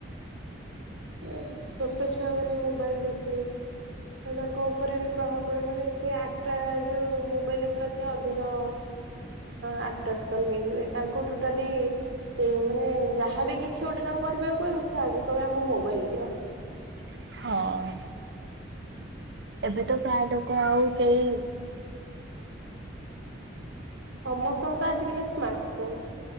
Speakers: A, on the right; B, on the right.
A: ଏ ଛୋଟ ଛୁଆ ମାନେ ମୋବାଇଲ ଦେଖିଲେ। ଆଉ ତାଙ୍କ ଉପରେ ବି ପ୍ରଭାବ ପଡ଼ିବନି ସେ ଆଟ୍ରା ଯୋଉ ମୋବାଇଲ ପ୍ରତି ଅଧିକ ଆଟ୍ରାକ୍ସନ୍ ହେଇଯିବେ ତାଙ୍କୁ ଟୋଟାଲି ଏଇ ମାନେ ଯାହାବି କିଛି ଗୋଟେ ତାଙ୍କୁ କରିବାକୁ କହିବେ ସେ ଆଗେ କହିବେ ଆମକୁ ମୋବାଇଲ ଦିଅ।
B: ହଁ। ଏବେ ତ ପ୍ରାୟ ଲୋକ ଆଉ କେହି
A: ସମସ୍ତଙ୍କ ତ ଆଜିକାଲି ସ୍ମାର୍ଟ ଫୋନ